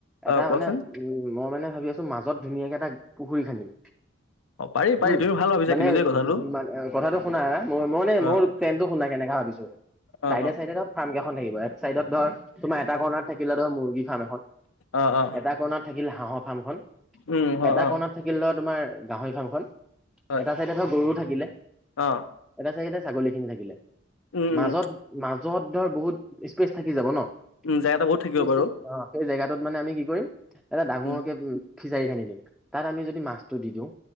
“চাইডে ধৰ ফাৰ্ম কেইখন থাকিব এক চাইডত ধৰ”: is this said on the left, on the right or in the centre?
Centre